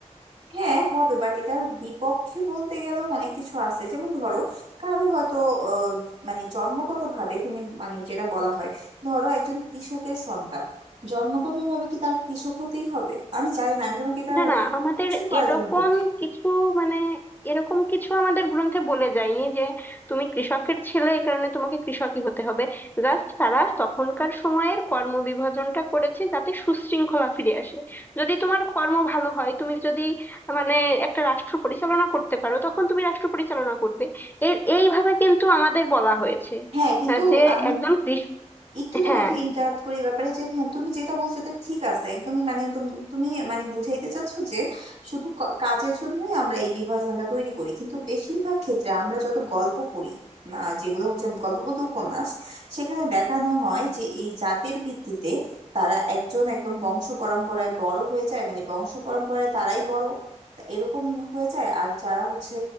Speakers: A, on the right; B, on the left.
A: হ্যাঁ হবে বাট এটার বিপক্ষে বলতে গেলেও অনেক কিছু আছে যেমন ধরো কারো হয়তো আহ, মানে জন্মগত ভাবে তুমি মানে যেটা বলা হয় ধরো একজন কৃষকের সন্তান জন্মগত ভাবে কি তার কৃষক হতেই হবে আমি জানি না আমি তোমাকে এটা
B: না
A: মানে
B: না আমাদের
A: কোশ্চেন করার
B: এরকম
A: জন্য বলছি
B: কিছু মানে এরকম কিছু আমাদের গ্রন্থে বলে যায়নি যে তুমি কৃষকের ছেলে এই কারণে তোমাকে কৃষকই হতে হবে জাস্ট তারা তখনকার সময়ের কর্ম বিভাজনটা করেছে যাতে সুশৃঙ্খলা ফিরে আসে যদি তোমার কর্ম ভালো হয় তুমি যদি মানে একটা রাষ্ট্র পরিচালনা করতে পারো তখন তুমি রাষ্ট্র পরিচালনা করবে এর এইভাবে কিন্তু আমাদের বলা হয়েছে
A: হ্যাঁ কিন্তু
B: আহ, যে
A: আমি
B: একজন কৃষ
A: একটু তোমাকে
B: হ্যাঁ
A: ইন্টারাপ্ট করি এই ব্যাপারে যে হ্যাঁ তুমি যেটা বলছো এটা ঠিক আছে একদমই মানে তুমি তুমি মানে বুঝাইতে চাচ্ছো যে শুধু ক- কাজের জন্যই আমরা এই বিভাজনটা তৈরি করি কিন্তু বেশিরভাগ ক্ষেত্রে আমরা যত গল্প পড়ি আহ, যেগুলো হচ্ছে গল্প বলতে উপন্যাস সেখানে দেখানো হয় যে এই জাতের ভিত্তিতে তারা একজন একদম বংশ পরম্পরায় বড় হয়ে যায় মানে বংশ পরম্পরায় তারাই বড় তা এরকম হয়ে যায় আর যারা হচ্ছে